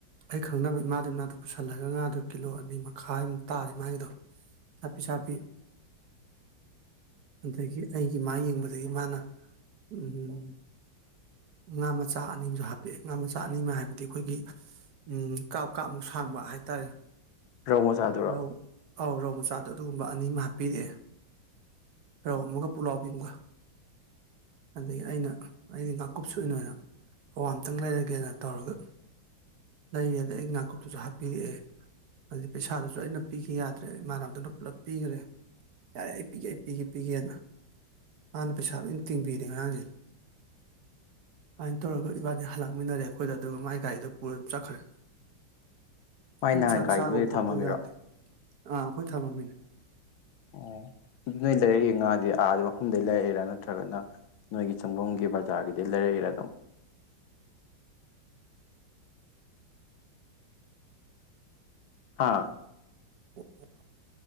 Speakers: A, on the right; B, on the left.
A: ꯑꯩ ꯈꯪꯅꯕ ꯏꯃꯥꯗ ꯏꯃꯅꯥꯗꯣ ꯄꯨꯁꯜꯂꯒ ꯉꯥꯗꯣ ꯀꯤꯂꯣ ꯑꯅꯤ ꯃꯈꯥꯏꯃꯨꯛ ꯇꯥꯔꯦ ꯃꯥꯒꯤꯗꯣ ꯆꯄꯤꯁꯥꯕꯤꯄꯤ ꯑꯗꯒꯤ ꯑꯩꯒꯤ ꯃꯥ ꯌꯦꯡꯕꯗꯒꯤ ꯃꯥꯅ ꯎꯝ ꯎꯝ ꯉꯥ ꯃꯆꯥ ꯑꯅꯤ ꯑꯃꯖꯨ ꯍꯥꯞꯄꯦ ꯉꯥ ꯃꯆꯥ ꯑꯅꯤ ꯑꯃ ꯍꯥꯏꯕꯗꯤ ꯑꯩꯈꯣꯏꯒꯤ ꯎꯝ ꯀꯥꯞ ꯀꯥꯞꯃꯨꯛ ꯁꯥꯡꯕ ꯍꯥꯏꯇꯥꯔꯦ
B: ꯔꯧ ꯃꯣꯖꯥꯗꯨꯔꯣ
A: ꯔꯧ ꯑꯧ ꯔꯧ ꯃꯆꯥꯗꯣ ꯑꯗꯨꯒꯨꯝꯕ ꯑꯅꯤ ꯑꯃ ꯍꯥꯞꯄꯤꯔꯛꯑꯦ ꯔꯧ ꯑꯃꯒ ꯄꯨꯛꯂꯥꯎꯕꯤ ꯑꯃꯒ ꯑꯗꯒꯤ ꯑꯩꯅ ꯑꯩꯒꯤ ꯉꯥꯀꯨꯞ ꯁꯩꯅ ꯑꯣꯏꯅ ꯑꯋꯥ ꯑ ꯑꯃꯇꯪ ꯂꯩꯔꯒꯦꯅ ꯇꯧꯔꯒ ꯂꯩꯌꯦꯗ ꯑꯩ ꯅꯥꯀꯨꯞꯇꯨꯁꯨ ꯍꯥꯞꯄꯤꯔꯛꯑꯦ ꯍꯥꯏꯗꯤ ꯄꯩꯁꯥꯗꯨꯁꯨ ꯑꯩꯅ ꯄꯤꯈꯤ ꯌꯥꯗ꯭ꯔꯦ ꯏꯃꯥꯟꯅꯕꯗꯨꯅ ꯄꯨꯂꯞ ꯄꯤꯈ꯭ꯔꯦ ꯌꯥꯔꯦ ꯑꯩ ꯄꯤꯒꯦ ꯑꯩ ꯄꯤꯒꯦ ꯄꯤꯒꯦꯅ ꯍꯥꯟꯅ ꯄꯩꯁꯥ ꯂꯣꯏ ꯇꯤꯡꯕꯤꯔꯦꯍꯥꯟꯁꯦ ꯑꯗꯨꯃꯥꯏꯅ ꯇꯧꯔꯒ ꯏꯕꯥꯅꯤ ꯍꯜꯂꯛꯃꯤꯟꯅꯔꯦ ꯑꯩꯈꯣꯏꯗ ꯑꯗꯨꯒ ꯃꯥꯏ ꯒꯥꯔꯤꯗꯣ ꯄꯨꯔ ꯑꯗꯨꯝ ꯆꯠꯈ꯭ꯔꯦ
B: ꯃꯥꯏ
A: ꯑꯩꯅ
B: ꯅꯍꯥꯟ
A: ꯆꯥꯛ
B: ꯀꯒꯥꯔꯤ
A: ꯆꯥꯕ
B: ꯅꯣꯏꯗ
A: ꯈꯣꯠꯄ
B: ꯊꯝꯃꯃꯤꯔꯣ
A: ꯌꯥꯗꯦ ꯑꯥ ꯑꯩꯈꯣꯏ ꯊꯝꯕꯝꯃꯤꯅꯦ
B: ꯑꯣ ꯑꯗꯨ ꯅꯣꯏ ꯂꯩꯔꯛꯏꯦ ꯉꯥꯗꯤ ꯑꯥꯗ ꯃꯐꯝꯗꯩ ꯂꯩꯔꯛꯑꯦꯔꯥ ꯅꯠꯇ꯭ꯔꯒꯅ ꯅꯣꯏꯒꯤ ꯆꯪꯒꯝꯒꯤ ꯕꯖꯥꯔꯒꯤꯗꯤꯩ ꯂꯩꯔꯛꯏꯔꯦ ꯑꯗꯨꯝ ꯍꯥꯥ
A: ꯑꯣ